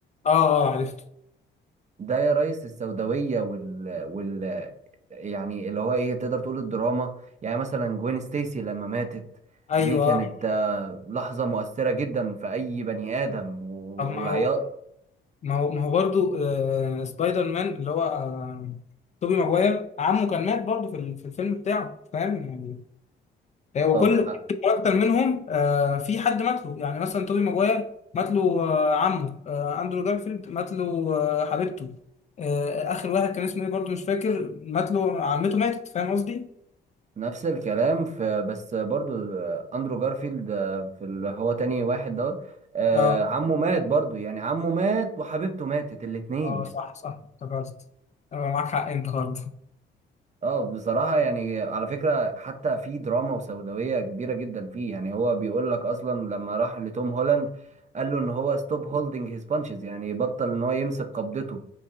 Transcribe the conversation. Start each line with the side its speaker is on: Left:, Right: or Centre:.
Left: اه اه عرفته
Right: ده يا ريس السوداويه وال وال يعني اللي هو ايه تقدر تقول الدراما يعني مثلا جوين ستيسي لما ماتت
Left: ايوه
Right: دي كانت آه، لحظه مؤثره جدا في اي بني ادم و-
Left: طب ما
Right: والعياط
Left: هو ما هو ما هو برضو آه سبايدر مان اللي هو آه توبي ماجواير عمه كان مات برضو في ال- في الفيلم بتاعه فاهم يعني آه، وكل
Right: طب آه،
Left: كل كاركتر منهم آه، في حد مات له يعني مثلا توبي ماجواير مات له آه، عمه آه، اندرو جارفيلد مات له آه، حبيبته آه، اخر واحد كان اسمه ايه برضه مش فاكر مات له عمته ماتت فاهم قصدي؟
Right: نفس الكلام في بس برضو آه، اندرو جارفيلد آه، في اللي هو تاني واحد دوت آه،
Left: اه
Right: عمه مات برضو يعني عمه مات وحبيبته ماتت الاتنين
Left: اه صح صح افتكرت آه، معاك حق انت برضه
Right: اه بصراحة يعني على فكرة حتى في دراما وسوداوية كبيرة جدا فيه يعني هو بيقول لك أصلا لما راح لتوم هولاند قال له إن هو ستوب هولدنج هيز بانشز يعني بطل إن هو يمسك قبضته